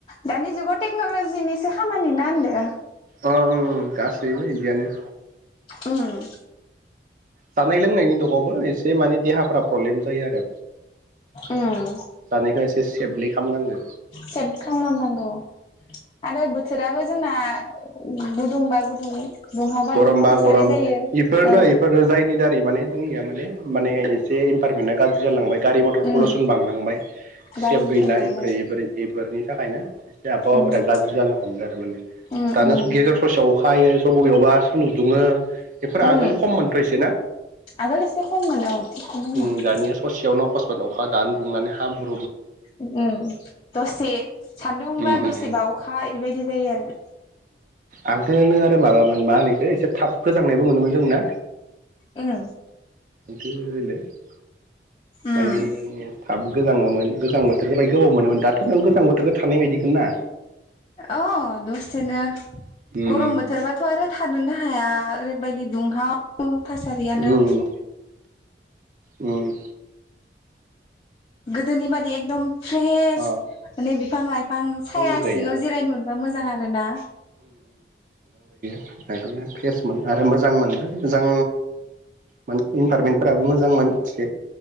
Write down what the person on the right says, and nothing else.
अ औ औ गासैबो बिदियानो।
जानाय लोंनायनि दगावबो एसे माने देहाफ्रा प्रब्लेम जायो आरो।
जानायखौ एसे सेबलि खामनांगो।
गरम
बा
गरम
बेफोरनो
एफोरनो जायनि दारै माने जोंनिया माने माने एसे इनभारमेन्टआ गाज्रि जालांबाय। गारि मटर
पलुसन बांलांबाय
सेफ
गैला
एफोर-एफोर एफोरनि थाखायनो आबहावाफोरा
गाज्रि जानो हमदों आरो माने
दानो
गेजेर ससेयाव अखा हायो। स' बबेयावबा सान्दुं दुङो बेफोर
आगोल खममोनथ' इसे ना?
उम दानिया ससेयाव अखा अखा द दुंनानै हा ब
उम उम
आंथो होनो आरो माबामोन मा होनो एखो एसे थाब गोजांनायबो मोनोमोन जोंना?
एखलो <unintelligible>
माने थाब गोजाङोमोन। गोजां बोथोरखौ बाय गोबाव मोनोमोन दाथ' नों गोजां बोथोरखौ थानाय बायदिखोनो ना
उम
उम उम उम
अ
जों गैया
आगोलना फ्रेस मोन आरो मोजां मोनबो मोजां मोन इनभारमेन्टफोराबो मोजांमोन से